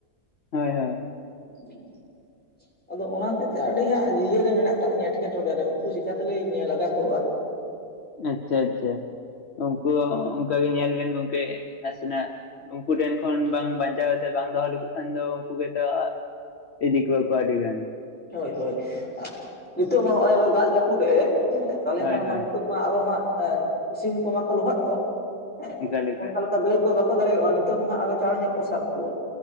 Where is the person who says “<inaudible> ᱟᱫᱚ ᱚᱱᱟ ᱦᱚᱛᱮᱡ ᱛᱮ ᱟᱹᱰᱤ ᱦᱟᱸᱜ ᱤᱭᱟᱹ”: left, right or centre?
Centre